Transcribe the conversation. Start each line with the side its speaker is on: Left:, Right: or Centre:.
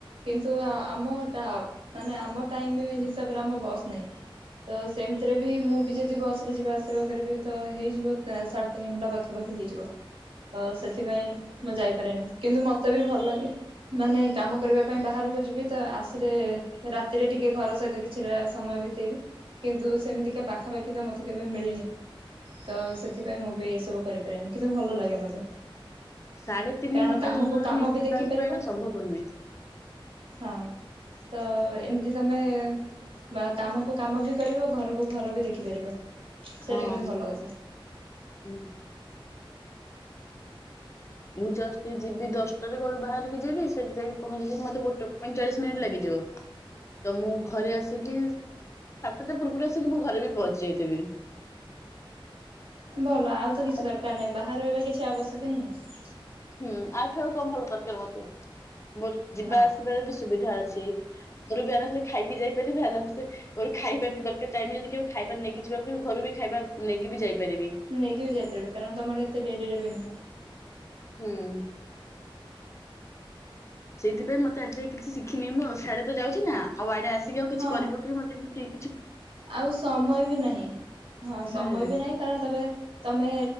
Right: କିନ୍ତୁ ଆମ ମାନେ ଆମ ଟାଇମ ହିସାବରେ ଆମ ବସ୍ ନାହିଁ। ତ ସେମିତିରେ ବି ମୁଁ ବି ଯଦି ବସ ଯିବା ଆସିବା କରିବି ତ ହେଇଯିବ ସାଢ଼େ ତିନି ଘଣ୍ଟା ପାଖାପାଖି। ହେଇଯିବ ତ ସେଥିପାଇଁ ମୁଁ ଯାଇପାରେନି କିନ୍ତୁ ମତେ ବି ଭଲ ଲାଗେ ମାନେ କାମ କରିବା ପାଇଁ ବାହାରକୁ ଯିବି ତ ଆସିଲେ ରାତିରେ ଟିକେ ଘର ସହିତ କିଛିଟା ସମୟ ବିତେଇବି। କିନ୍ତୁ ସେମିତିକା ପାଖାପାଖି ତ ମତେ କେବେ ମିଳିନି ତ ସେଥିପାଇଁ ମୁଁ ବି ଏସବୁ କରିପି ପାରେନି କିନ୍ତୁ ଭଲ ଲାଗେ। ମତେ
Left: ସାଢେ ତିନି
Right: କାରଣ
Left: ଘଣ୍ଟା
Right: କାମକୁ
Left: ଯୋଉ ଜଣେ
Right: କାମ ବି
Left: ଯିବା
Right: ଦେଖିପାରିବ।
Left: ଆସିବା ଏଇଟା ସମ୍ଭବ ନୁହେଁ।
Right: ହଁ ତ
Left: ହୁଁ।
Right: ଏମିତି ଆ ତମେ ବା କାମକୁ କାମ ବି କରିବ ଘରକୁ ଘର ବି ଦେଖିପାରିବ। ସେଇଟା
Left: ହଁ
Right: କିନ୍ତୁ ଭଲ କଥା।
Left: ହୁଁ। ମୁଁ ଜଷ୍ଟ ଯିବି ଦଶଟାରେ ଘରୁ ବାହାରିକି ଯିବି ସେଠି ଯାଇକି ପହଞ୍ଚିଯିବି ମତେ ଗୋଟେ ପଇଁଚାଳିଶ ମିନିଟ୍ ଲାଗଯିବ। ତ ମୁଁ ଘରେ ଆସିକି ସାତଟା ପୂର୍ବରୁ ଆସିକି ମୁଁ ଘରେ ବି ପହଞ୍ଚି ଯାଇଥିବି।
Right: ଭଲ ଆଉ ତ କିଛି
Left: ଆ-
Right: ଦରକାର ନାହିଁ ବାହାର ରହିବା କିଛି ଆବଶ୍ୟକ ହିଁ ନାହିଁ।
Left: ହୁଁ ଆଉଠୁ ଆଉ କଣ ଭଲ ଦରକାର ମତେ ମୋର ଯିବା
Right: ହଁ।
Left: ଆସିବାର ବି ସୁବିଧା ଅଛି। ଘୋରୁ ବି ଆରାମସେ ଖାଇକି ଯାଇପାରିବି ଆରାମସେ ଘରୁ ଖାଇବା ବି ଦରକାର ଚାହିଁବି ଯଦି କେବେ ଖାଇବା ନେଇକି ଯିବା କେ ଘରୁ ବି ଖାଇବା ନେଇକି ବି ଯାଇପାରିବି।
Right: ନେଇକି ବି ଯାଇପାରିବ କାରଣ ତମର ଏତେ ଡେରିରେ ବି ନୁହଁ।
Left: ହୁଁ। ସେଇଥିପାଇଁ ମତେ ଆଜି ଯାଏ କିଛି ଶିଖିନି ମୁଁ ଆଉ ସିଆଡେ ତ ଯାଉଛି ନା ଆଉ ଆଡେ ଆସିକି ଆଉ କିଛି
Right: ହଁ
Left: କରିବ କି ମତେତି
Right: ଆଉ ସମୟ ବି ନାହିଁ ହଁ
Left: ହୁଁ
Right: ସମୟ ବି ନାହିଁ କାରଣ ତାପରେ ତମେ